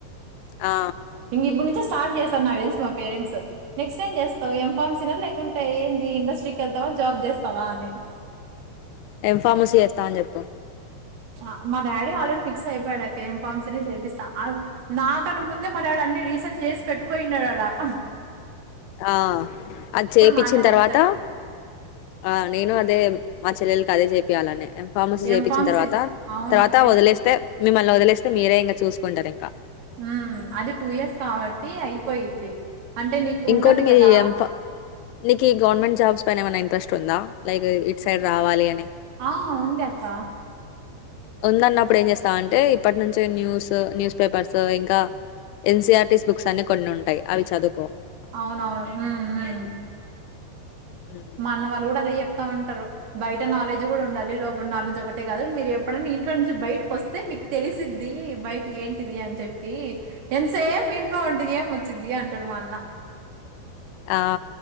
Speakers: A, on the left (about 80°); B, on the right (about 70°).
A: ఆ
B: మ్ ఇంక ఇప్పుడు నుంచే స్టార్ట్ చేస్తారు నాకు తెలుసు మా పేరెంట్స్ నెక్స్ట్ ఏం చేస్తావు ఎం ఫార్మసీ న లేకుంటే ఏంది ఇండస్ట్రీకి ఎళ్తావా జాబ్ చేస్తావా అని
A: ఎంఫార్మసీ చేేస్తా అని చెప్పు
B: ఆ మా డాడీ ఆల్రెడీ ఫిక్స్ అయిపోయాడా కెం ఫార్మసి నె చేపిస్తా ఆల్రడి నాకన్నా ముందే మా డాడీ అన్ని రీసెర్చ్ చేసి పెట్టుకోయినున్నాడాడ <inaudible>
A: ఆ అది చేపిచ్చిన
B: మాట్లాడేస్తాడు
A: తర్వాత ఆ నేను అదే మా చెల్లెలకి అదే చెప్పయాలని యం ఫార్మసీ
B: ఏం
A: చేపిచ్చిన
B: ఫామ్స్
A: తర్వాత
B: అవును
A: తర్వాత
B: అక్క ఏం
A: వదిలేస్తే మిమ్మల్ని వదిలేస్త స్తె మీరే ఇంకా చూసుకుంటారు ఇంకా
B: ఉమ్ అది టూ ఇయర్స్ కాబట్టి అయిపోయిద్ది అంటే నీకు
A: ఇంకోటి
B: ఉంటది
A: మీరు
B: కదా
A: ఈ యంఫామ్ నీకు ఈ గవర్నమెంట్ జాబ్స్ పైన ఏమైనా ఇంట్రెస్ట్ ఉందా లైక్ ఇటు సైడ్ రావాలి అని
B: ఆ ఉంది అక్క
A: ఉంద అన్నప్పుడు ఏం చేస్తావంటే ఇప్పటి నుంచి న్యూస్ న్యూస్ పేపర్స్ ఇంకా ఇన్సిఆర్టీస్ బుక్స్ అని కొన్ని ఉంటాయి అవి చదువుకో
B: అవునవును మ్.. మ్.. మ్
A: ఉమ్.
B: మా అన్న వాళ్ళు కూడా అదే చెప్ ఉంటారు బయట నాలెడ్జ్ కూడా ఉండాలి లోపల నాలెడ్జ్ ఒకటే కాదు మీరు ఎప్పుడన్న ఇంట్లో నుంచి బయటకు వస్తే మీ తెలిసిద్ది బయట ఏంటి టిది అని చెప్పి ఎంతసేఫ్ ఇంట్లో ఉం టె ఏం వచ్చిది అంటాడు మాఅన్న
A: ఆ